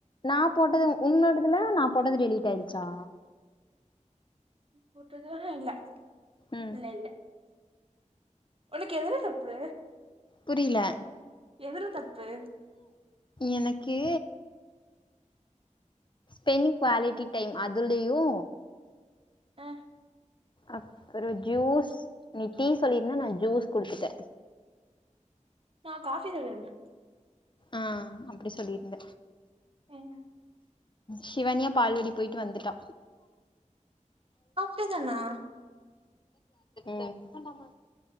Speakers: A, on the left (about 40°); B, on the right (about 45°).
A: நா போட்டது உன்னோடதுல நா போட்டது டெலீட் ஆயிடுச்சா
B: போட்டது ம் இல்ல
A: ம்
B: இல்ல இல்ல உனக்கு எதுல தப்பு
A: புரில
B: எதுல தப்பு
A: எனக்கு பென் க்வாலிட்டி டைம் அதுலயு
B: ஆ
A: அப்பற ஜூஸ் நீ டீ சொல்லிருந்த நா ஜூஸ் குடுத்துட்ட
B: நா காஃபி சொல்லிடுந்த
A: ஆ அப்டி சொல்லியிருந்த
B: ம்
A: ஷிவானியா பால்வாடி போயிட்டு வந்துட்டா
B: அப்டிதானா
A: ம்